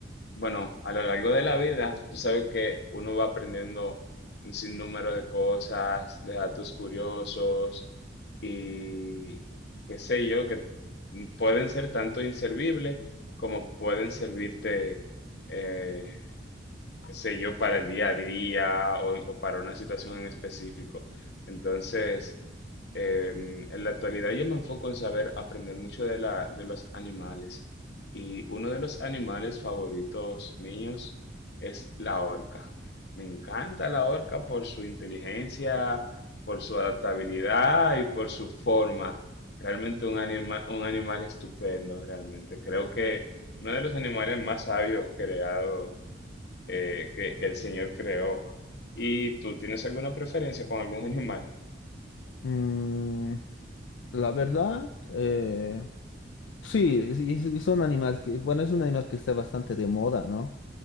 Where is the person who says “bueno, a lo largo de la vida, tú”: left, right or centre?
Left